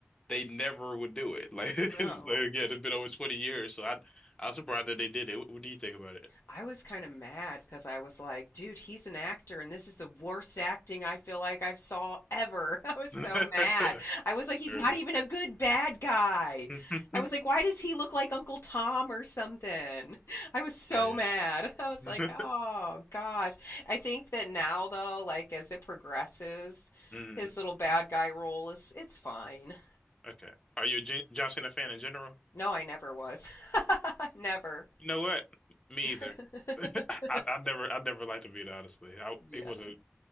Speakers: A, on the left; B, on the left.
A: they never would do it. Like,
B: No.
A: <laughs> it's- like again, it's been over 20 years, so I I was surprised that they did it. What, what do you think about it?
B: I was kind of mad because I was like, dude, he's an actor and this is the worst acting I feel like I've saw ever. <laughs> I was so
A: <laughs>
B: mad. I was like, he's
A: Really?
B: not even a good bad guy.
A: <laughs>
B: I was like, why does he look like Uncle Tom or something? <laughs> I was so
A: Oh
B: mad. <laughs> I was
A: yeah.
B: like, oh
A: <laughs>
B: gosh. I think that now though, like as it progresses,
A: Mhm.
B: his little bad guy role is it's fine.
A: Okay. Are you a Jon John Cena fan in general?
B: <laughs> No, I never was. <laughs> Never.
A: You know what? Me either.
B: <laughs>
A: <laughs> I I never I never liked Embiid, honestly. I
B: Yeah.
A: it wasn't